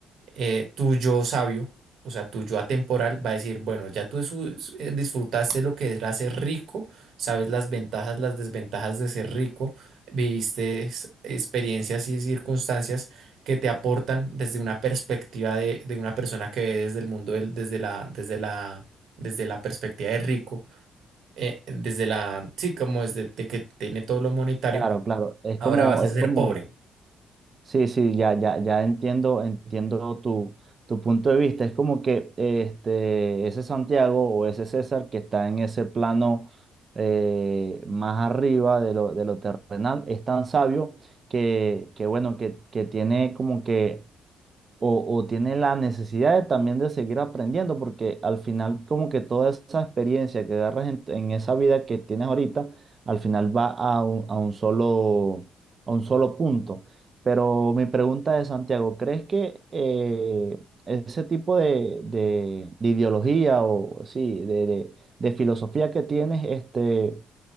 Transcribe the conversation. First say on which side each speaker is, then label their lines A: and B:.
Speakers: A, on the right; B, on the right.
A: eh, tu yo sabio, o sea, tu yo atemporal, va a decir, bueno, ya tú su- su- eh, disfrutaste lo que era ser rico, sabes las ventajas, las desventajas de ser rico, viviste ex- experiencias y circunstancias que te aportan desde una perspectiva de, de una persona que ve desde el mundo, del- desde la, desde la, desde la perspectiva de rico, eh, desde la, sí, como desde de que tiene todo lo monetario,
B: claro, claro. Es
A: ahora
B: como,
A: vas a
B: es
A: ser
B: como,
A: pobre.
B: Sí, sí, ya, ya, ya entiendo, entiendo tu, tu punto de vista. Es como que este, ese Santiago o ese César que está en ese plano eh, más arriba de lo, de lo terrenal es tan sabio que, que bueno, que, que tiene como que o, o tiene la necesidad de también de seguir aprendiendo, porque al final como que toda esa experiencia que agarras en, en esa vida que tienes ahorita, al final va a un, a un solo, a un solo punto. Pero mi pregunta es, Santiago, ¿crees que eh, ese tipo de, de- de ideología o sí, de, de- de filosofía que tienes, este